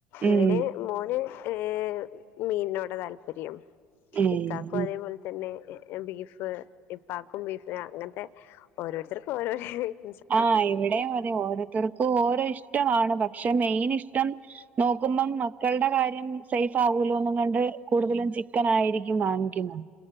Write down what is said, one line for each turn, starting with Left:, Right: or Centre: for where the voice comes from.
Right: ഉം
Left: ഇവന് മോന് ഈഹ് മീനിനോടാ താല്പര്യം
Right: ഉം
Left: ഇക്കാക്കും അതേപോലെ തന്നെ ബീഫ് ഇപ്പാക്കും ബീഫ് അങ്ങനത്തെ ഓരോരുത്തർക്കും ഓരോരെ <unintelligible>
Right: ആ ഇവിടെ അതെ ഓരോരുത്തർക്കും ഓരോ ഇഷ്ടമാണ് പക്ഷെ മെയിൻ ഇഷ്ടം നോക്കുമ്പം മക്കളുടെ കാര്യം സേഫ് ആവൂലോന്നും കണ്ട് കൂടുതലും ചിക്കൻ ആയിരിക്കും വാങ്ങിക്കുന്നെ